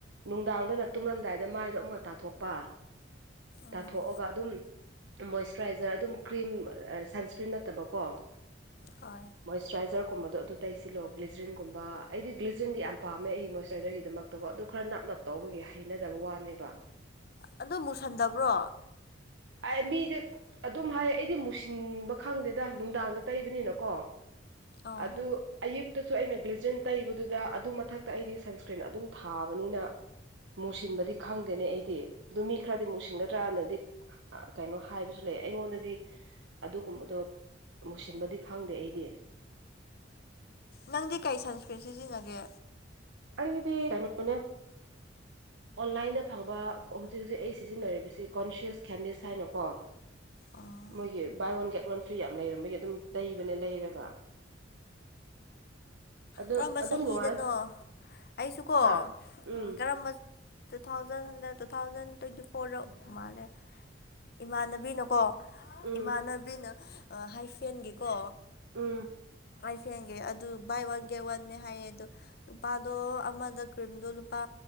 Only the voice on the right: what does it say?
ꯅꯨꯡꯗꯥꯡꯗꯅ ꯇꯨꯝꯂꯝꯝꯗꯥꯏꯗ ꯃꯥꯏꯗꯣ ꯑꯃꯨꯛꯀ ꯇꯥꯊꯣꯛꯄ꯫
ꯇꯥꯊꯣꯛꯑꯒ ꯑꯗꯨꯝ ꯃꯣꯏꯆꯔꯥꯏꯖꯔ ꯑꯗꯨꯝ ꯀ꯭ꯔꯤꯝ ꯁꯟꯁꯀ꯭ꯔꯤꯟ ꯅꯠꯇꯕꯀꯣ꯫
ꯃꯣꯏꯆꯔꯥꯏꯖꯔꯒꯨꯝꯕꯗꯣ ꯑꯗꯨ ꯇꯁꯤꯜꯂꯣ ꯒ꯭ꯂꯤꯖꯔꯤꯟꯒꯨꯝꯕ ꯑꯩꯗꯤ ꯒ꯭ꯂꯤꯖꯔꯤꯟꯗꯤ ꯌꯥꯝꯅ ꯄꯥꯝꯃꯦ ꯑꯩ ꯃꯣꯏꯁꯆꯔꯥꯏꯖꯔꯒꯤꯗꯃꯛ꯫ ꯑꯗꯨꯒ ꯑꯗꯨ ꯈꯔ ꯅꯞ ꯅꯞ ꯇꯧꯕꯒꯤ ꯍꯩꯅꯗꯕ ꯋꯥꯅꯦꯕ꯫
ꯑꯩ ꯃꯤꯗꯤ ꯑꯗꯨꯝ ꯍꯥꯏ ꯑꯩꯗꯤ ꯃꯨꯁꯤꯟꯕ ꯈꯪꯗꯦꯗ ꯅꯨꯡꯗꯥꯡꯗ ꯇꯩꯕꯅꯤꯅꯀꯣ꯫
ꯑꯗꯨ ꯑꯌꯨꯛꯇꯁꯨ ꯑꯩꯅ ꯒ꯭ꯂꯤꯖꯔꯤꯟ ꯇꯩꯕꯗꯨꯗ ꯑꯗꯨ ꯃꯊꯛꯇ ꯑꯩꯗꯤ ꯁꯟꯁꯀ꯭ꯔꯤꯟ ꯑꯗꯨꯝ꯫ ꯊꯥꯕꯅꯤꯅ꯫ ꯃꯨꯁꯤꯟꯕꯗꯤ ꯈꯪꯗꯦꯅꯦ ꯑꯩꯗꯤ ꯑꯗꯨ ꯃꯤ ꯈꯔꯗꯤ ꯃꯨꯁꯤꯟꯒꯗ꯭ꯔꯅꯗꯤ꯫ ꯀꯩꯅꯣ ꯍꯥꯏꯕꯁꯨ ꯂꯩ ꯑꯩꯉꯣꯟꯗꯗꯤ ꯑꯗꯨꯒꯨꯝꯕꯗꯣ ꯃꯨꯁꯤꯟꯕꯗꯤ ꯈꯪꯗꯦ ꯑꯩꯗꯤ꯫
ꯑꯩꯗꯤ ꯀꯩꯅꯣꯅꯦ꯫ ꯑꯣꯟꯂꯥꯏꯟꯗ ꯐꯪꯕ ꯍꯧꯖꯤꯛ ꯍꯧꯖꯤꯛ ꯑꯩ ꯁꯤꯖꯤꯟꯅꯔꯤꯕꯁꯤ ꯀꯣꯟꯁꯤꯌꯁ ꯈꯦꯃꯤꯁ ꯍꯥꯏꯅꯀꯣ꯫
ꯃꯣꯏꯒꯤ buy one get one free ꯌꯥꯝ ꯂꯩꯔꯝꯕꯒꯤ ꯑꯗꯨꯝ ꯇꯩꯕꯅ ꯂꯩꯔꯒ ꯑꯗꯨ
ꯑꯗꯨꯝ
ꯅꯨꯡꯉꯥꯏ
ꯍꯥ ꯎꯝ
ꯎꯝ
ꯎꯝ
ꯎꯝ